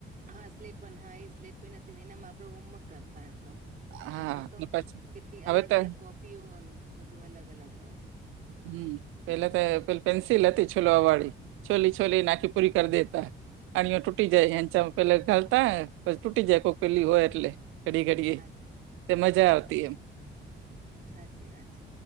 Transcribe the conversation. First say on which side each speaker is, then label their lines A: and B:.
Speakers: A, on the right (about 45°); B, on the right (about 85°).
A: હા સ્લેટપેન હા એ સ્લેટ પેન હતી ને એનામાં આપડો હોમવર્ક કરતા આપણો
B: હા
A: ને હવે તો
B: ને પછી
A: કેટલી
B: હવે
A: અલગ-અલગ
B: તો
A: કોપીઓને બધું અલગ- અલગ હોય.
B: હમ્મ પેલા તો પે પેન્સિલ હતી છોલ વાળી છોલી છોલી નાખી પૂરી કરી દેતા. અણીઓ તૂટી જાય એંચામાં પેલા ઘાાલતા પછી તૂટી જાય કોઈ પેલી હોય એટલે ઘડી ઘડીએ
A: હા
B: તે મજા આવતી એમ
A: સાચી વાત